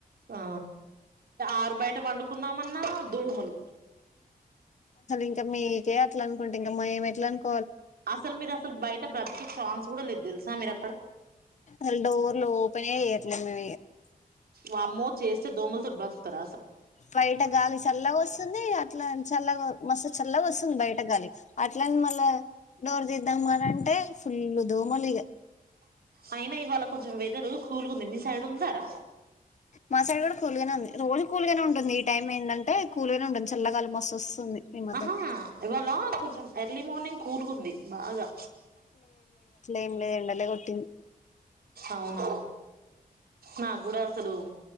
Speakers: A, on the right; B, on the left.
A: ఆ ఆరు బయట పండుకుందామన్నా దోమలు
B: ఇంకా మీక అలా అనుకుంటే ఇంకా మేం ఎట్లా అ
A: అసలు మీరు అసలు బయట బ్రతికి చా ఎప్పుడూ లేదు తెలుసా మీర
B: అ డోర్లు ఓపన్ చేరిలే మే
A: వామ్మో చేస్తే దోమలుతోటి బతుకతర
B: బయట గాలి చల్లగా వస్తుంది ఇట్లా చల్లగా మస్తు చల్ల వస్తుంది బయట గాలి అట్లని మళ్ళా డోర్ తీద్దామా అనంట అ ఫుల్ దోమలుగా
A: అయినా ఇవాళ కొంచెం వెదరు కల్కుంది మీ సైడ్ ఉందారా
B: మా సైడ్ కూడా కూల్ గానే ఉంది రోజు కూల్ గానే ఉంటుంది ఈ టైం ఏంటంటే కూల్గానే ఉంటుంది చల్లగాల్మస్ వస్తుంది ఈ మధ్యన
A: ఆహా ఇవాళ కొంచెం ఎర్లీ మార్నింగ్ కూల్కుంది బాగా
B: ఇం లే ఉంటల కొట్
A: అవును నాకు కూడా అసలు